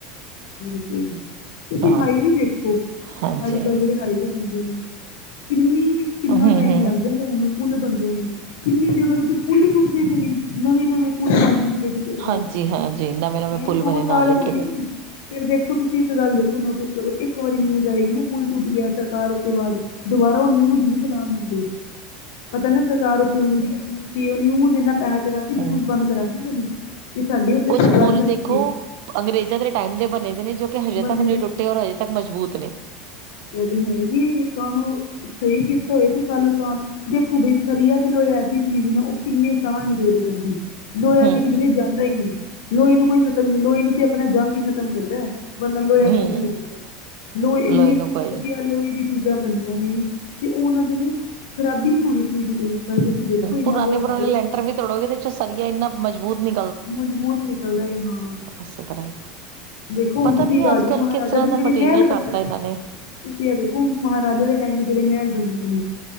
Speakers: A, on the left; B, on the right.
A: ਹਾਂਜੀ ਤੁਸੀਂ
B: ਹਾਂ
A: ਹਾਈਵੇ ਦੇਖੋ,
B: ਹਾਂਜੀ
A: ਅੱਜ ਕੱਲ ਜਿਹੜੇ ਹਾਈਵੇ ਬੰਦੇ ਨੂੰ ਕਿੰਨੀ, ਕਿੰਨਾ
B: ਹੂੰ
A: ਟਾਈਮ
B: ਹੂੰ
A: ਲੱਗ ਜਾਂਦਾ ਇਹਨਾਂ ਨੂੰ ਪੁਲ ਬਣਦੇ ਨੇ ਕਿੰਨੀ ਜਗ੍ਹਾ ਦੇ, ਪੁੱਲ ਟੁੱਟਦੇ ਪਏ ਨੇ ਨਵੇਂ- ਨਵੇਂ ਪੁੱਲ ਪਾਣਦੇ ਨੇ ਜਿਹੜੇ ਸਰਕਾਰ
B: ਹਾਂਜੀ ਹਾਂਜੀ ਨਵੇਂ ਨਵੇਂ
A: ਹੈ
B: ਪੁਲ
A: ਦੋ
B: ਬਣੇ
A: ਸਾਲ
B: ਨਾਲ ਇੱਟ
A: ਹੋਏ
B: ਦੇ
A: ਨੇ ਫਿਰ ਦੇਖੋ ਤੁਸੀਂ ਇੱਕ ਗੱਲ ਦੇਖੋ ਨੋਟਿਸ ਕਰੋ ਇੱਕ ਵਾਰੀ ਨਿਊਜ ਆਏਗੀ ਨਾ ਪੁੂਲ ਟੁੱਟ ਗਿਆ ਸਰਕਾਰ ਉੇਸ ਤੇ ਬਾਅਦ। ਦੁਬਾਰਾ ਉਹ ਨਿਊਜ਼ ਨਹੀਂ ਚਲਾਉਣ ਦਿੰਦੇ।
B: ਹ
A: ਪਤਾ ਨਾ ਸਰਕਾਰ ਉੱਥ ਉਂਗਲੀ ਚ ਦਿੱਤੀ, ਨਿਊਜ਼ ਇਨਾ ਪੈਸਾ ਦੇਣਾ ਨਿਊਜ਼
B: ਹੂੰ
A: ਬੰਦ ਕਰਾ ਦਿੰਦੀ ਹੈ। ਤੇ ਸਾਡੇ ਉੱਤੇ
B: ਕੁਛ
A: ਕੋਈ
B: ਪੁਲ
A: ਗੱਲ ਨਾ
B: ਦੇਖੋ
A: ਚੁੱਕੇ।
B: ਅੰਗਰੇਜ਼ਾਂ ਦੇ ਟਾਈਮ ਦੇ ਬਣੇ ਦੇ ਨੇ ਜੋ ਕਿ ਹਜੇ
A: ਬਣੇ
B: ਤੱਕ ਨਹੀਂ
A: ਦੇ
B: ਟੁੱਟੇ ਔਰ ਹਜੇ ਤੱਕ ਮਜ਼ਬੂਤ ਨੇ।
A: ਇਹ ਤੇ ਹੈ ਜੀ ਕੰਮ ਸਹੀ ਕੀਤਾ ਹੋਏ ਤੇ, ਸਾਲੋ ਸਾਲ। ਦੇਖੋ ਬਈ ਸਰੀਆ ਤੇ ਲੋਹਾ ਐਸੀ ਚੀਜ਼ ਨਾ ਉਹ ਕਿੰਨੇ ਸਾਲ ਕਿਧਰੇ ਨੀ ਜਾਂਦੀ। ਲੋਇਆ
B: ਹੂੰ
A: ਤੇ ਕਿਧਰੇ ਜਾਂਦਾ ਹੀ ਨੀ ਲੋਹੇ ਨੂੰ ਕੋਈ ਖਤਮ ਨੀ ਲੋਹੇ ਨੂੰ ਤੇ ਆਪਣਾ ਜੰਗ ਹੀ ਖਤਮ ਕਰਦਾ। ਬੰਦਾ ਲੋਏ
B: ਹੂੰ
A: ਕਿਧਰ ਨੀ ਜਾਂਦਾ ਲੋਹੇ
B: ਲੋਏ
A: ਇੰਨੀ
B: ਨੂੰ ਕੋਈ
A: ਵਧੀਆ ਲੋਹੇ ਦੀ। ਚੀਜ਼ਾਂ ਬਣਨੀਆਂ ਨੇ ਤੇ, ਉਹਨਾਂ ਦੇ ਖਰਾਬੀ ਨੀ ਹੋਣੀ ਚਾਹੀਦੀ। ਤੇ ਫਿਰ ਤੁਸੀਂ ਦੇਖੋ ਇੰਨਾ
B: ਪੁਰਾਣੇ
A: ਬੁਰਾ
B: ਪੁਰਾਣੇ
A: ਹਾਲ ਹੋ
B: ਲੈਂਟਰ
A: ਜਾਂਦਾ।
B: ਵੀ ਤੋੜੋਗੇ ਤੇ ਸਰੀਆ ਇੰਨਾ ਮਜ਼ਬੂਤ ਨੀ,
A: ਮਜ਼ਬੂਤ ਨਿਕਲਦਾ ਏ ਹਾਂ।
B: ਉਸੇ ਤਰ੍ਹਾਂ ਹੀ,
A: ਦੇਖੋ ਹੁਣ
B: ਪਤਾ
A: ਤੁਸੀਂ
B: ਨਹੀਂ
A: ਰਾਜੇ
B: ਅੱਜ ਕੱਲ੍ਹ
A: ਮਹਾਰਾਜਾ
B: ਕਿਸ ਤਰ੍ਹਾਂ
A: ਦੇ
B: ਦਾ
A: ਜਿਹੜੇ
B: ਮਟੀਰੀਅਲ
A: ਮਹਿਲ
B: ਕਰਤਾ
A: ਬਣੇ ਦੇ
B: ਇਹਨਾਂ ਨੇ?
A: ਤੁਸੀਂ ਐ ਦੇਖੋ ਮਹਾਰਾਜੇ ਦੇ ਟਾਈਮ ਦੇ ਜਿਹੜੇ ਮਹਿਲ ਬਣੇ ਦੇ ਨੇ।